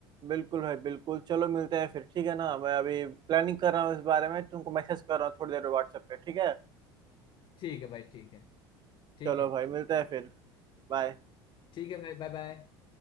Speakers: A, on the right (about 35°); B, on the left (about 45°).
A: बिल्कुल भाई बिल्कुल चलो मिलते हैं फिर ठीक है ना मैं अभी प्लानिंग कर रहा हूँ इस बारे में तुमको मैसेज कर रहा हूँ थोड़ी देर व्हाट्सएप पे ठीक है
B: ठीक है भाई ठीक है ठीक
A: चलो
B: है
A: भाई मिलते हैं फिर बाय
B: ठीक है भाई बाय बाय